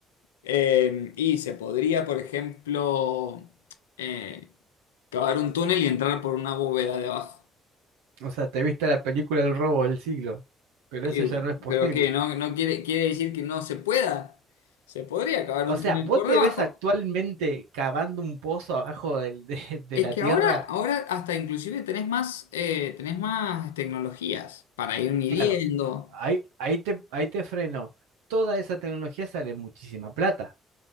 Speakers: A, on the left; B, on the right.
A: Eh, y se podría, por ejemplo, eh, cavar un túnel y entrar por una bóveda de abajo.
B: O sea, te viste la película El robo del siglo, pero
A: Eh,
B: eso ya no es posible.
A: pero qué, no, no quiere, quiere decir que no se pueda. Se podría acabar
B: O
A: un
B: sea,
A: túnel
B: ¿vos
A: por
B: te
A: debajo.
B: ves actualmente cavando un pozo abajo del- de, de
A: Es
B: la
A: que
B: tierra?
A: ahora, ahora hasta inclusive tenés más, eh, tenés más tecnologías para ir midiendo.
B: Claro, ahí, ahí te, ahí te freno. Toda esa tecnología sale muchísima plata.